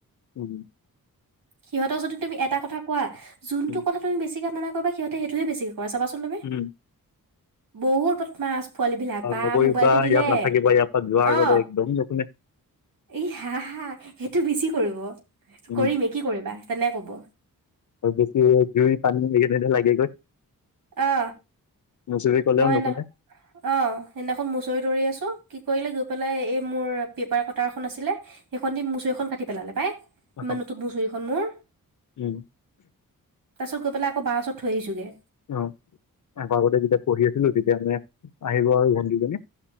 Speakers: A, on the left; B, on the right.
A: হয়
B: সিহঁৰ যদি তুমি এটা কথা কোৱা যোনটো
A: উম
B: কথা তুমি বেছিকে মানা কৰিবা সিহঁতে সেইটোহে বেছি কৈ চাবাচোন তুমি
A: উম
B: বহুত বতমাছ পোৱালী বিলাক
A: অ
B: বা
A: নকৰিবা
B: মোবাইলটো দিলে
A: ইয়াত নাথাকিবা ইয়াৰ পৰা যোৱাৰ আগতে
B: অ
A: একদম নুশুনে
B: ই হা হা সেইটো বেছি কৰিব
A: উম
B: কৰিমে কি কৰিবা তেনে কব
A: আৰু বেছি জুই পানী সেইখিনিত হে লাগে গৈ
B: অ
A: নুচুবি কলেও
B: মই
A: নুশুনে
B: ন অ সেইদিনাখন মুচৰি ধৰি আছো কি কৰিলে গৈ পেলাই এই মোৰ পেপাৰ কটাৰ এখন আছিলে সেইখন দি মু চৰিখন কাটি পেলালে পাই ইমান
A: উম
B: নতুন চুৰিখন মোৰ
A: উম,
B: তাৰ পিছত গৈ পেলাই আকৌ বাৰ ওচৰত থৈ আহিছো গৈ
A: অ আগতে যেতিয়া পঢ়ি আছিলো তেতিয়া মানে আহিব আৰু ভণ্টিজনী